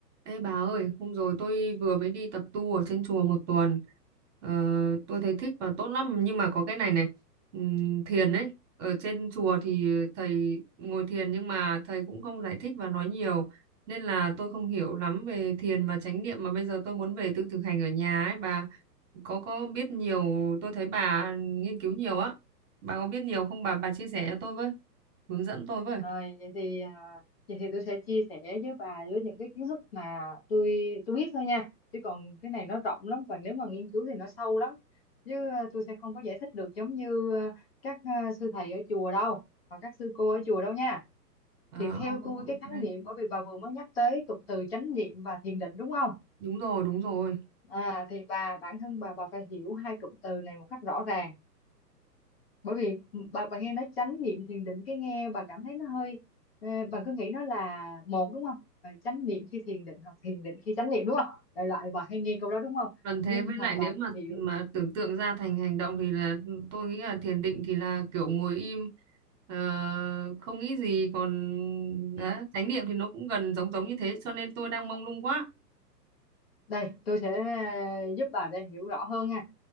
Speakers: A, on the right; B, on the left.
A: Ê bà ơi, hôm rồi tôi vừa mới đi tập tu ở trên chùa một tuần. Ờ, tôi thấy thích và tốt lắm nhưng mà có cái này này, ừm, thiền ấy. Ở trên chùa thì thầy ngồi thiền nhưng mà thầy cũng không giải thích và nói nhiều nên là tôi không hiểu lắm về thiền và chánh niệm mà bây giờ tôi muốn về tự thực hành ở nhà ấy. Bà có có biết nhiều, tôi thấy bà nghiên cứu nhiều á. Bà có biết nhiều không bà bà chia sẻ cho tôi với, hướng dẫn tôi với.
B: Rồi vậy thì à, vậy thì tôi sẽ chia sẻ với bà với những cái kiến thức mà tôi tôi biết thôi nha. Chứ còn cái này nó rộng lắm và nếu mà nghiên cứu thì nó sâu lắm. Chứ à, tôi sẽ không có giải thích được giống như à, các à, sư thầy ở chùa đâu và các sư cô ở chùa đâu nha.
A: Ờ,
B: Thì theo
A: ok,
B: tôi
A: ok.
B: cái khái niệm bởi vì bà vừa mới nhắc tới cụm từ chánh niệm và thiền định đúng không?
A: đúng rồi, đúng rồi.
B: À, thì bà bản thân bà bà phải hiểu hai cụm từ này một cách rõ ràng bởi vì bà bà nghe nó chánh niệm thiền định cái nghe bà cảm thấy nó hơi ờ, bà cứ nghĩ nó là một đúng không Ờ, chánh niệm khi thiền định hoặc thiền định khi chánh niệm đúng không đại loại bà hay nghe câu đó đúng không
A: Còn thế
B: nhưng
A: với
B: mà
A: lại
B: bà
A: nếu
B: phải
A: mà
B: hiểu
A: mà tưởng tượng ra thành hành động thì là tôi nghĩ là thiền định thì là kiểu ngồi im ờ, không nghĩ gì còn đấy,
B: Ừ.
A: chánh niệm thì nó cũng gần giống giống như thế cho nên tôi đang mông lung quá.
B: đây tôi sẽ ờ, giúp bà để hiểu rõ hơn nha